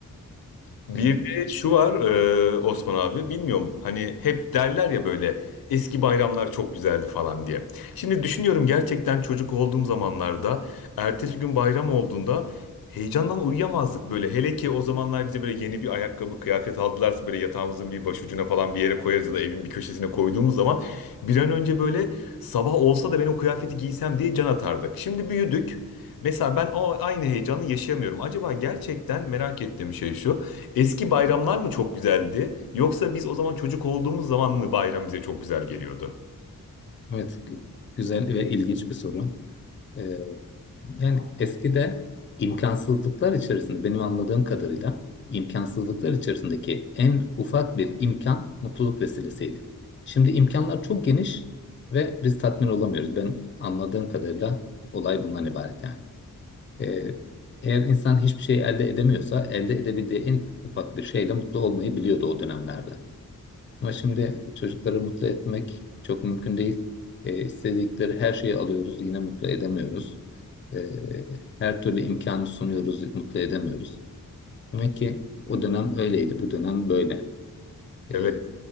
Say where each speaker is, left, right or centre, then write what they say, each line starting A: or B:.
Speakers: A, on the left; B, on the left.
A: Bir
B: Yani,
A: de şu var e, Osman abi bilmiyorum hani hep derler ya böyle eski bayramlar çok güzeldi falan diye. Şimdi düşünüyorum gerçekten çocuk olduğum zamanlarda ertesi gün bayram olduğunda heyecandan uyuyamazdık böyle. Hele ki o zamanlar bize böyle yeni bir ayakkabı kıyafet aldılarsa böyle yatağımızın bir başucuna falan bir yere koyarız ya da evin bir köşesine koyduğumuz zaman bir an önce böyle sabah olsa da ben o kıyafeti giysem diye can atardık. Şimdi büyüdük. Mesela ben o aynı heyecanı yaşayamıyorum. Acaba gerçekten merak ettiğim şey şu. Eski bayramlar mı çok güzeldi? Yoksa biz o zaman çocuk olduğumuz zaman mı bayram bize çok güzel geliyordu?
B: evet, gü- güzel ve ilginç bir soru. Ee, yani eskide imkansızlıklar içerisinde, benim anladığım kadarıyla imkansızlıklar içerisindeki en ufak bir imkan mutluluk vesilesiydi. Şimdi imkanlar çok geniş ve biz tatmin olamıyoruz. Ben anladığım kadarıyla olay bundan ibaret yani. Ee, eğer insan hiçbir şey elde edemiyorsa, elde edebildiği en ufak bir şeyle mutlu olmayı biliyordu o dönemlerde. Ama şimdi çocukları mutlu etmek çok mümkün değil. E, istedikleri her şeyi alıyoruz, yine mutlu edemiyoruz. E, her türlü imkanı sunuyoruz, mutlu edemiyoruz. Demek ki o dönem öyleydi, bu dönem böyle. E,
A: Evet.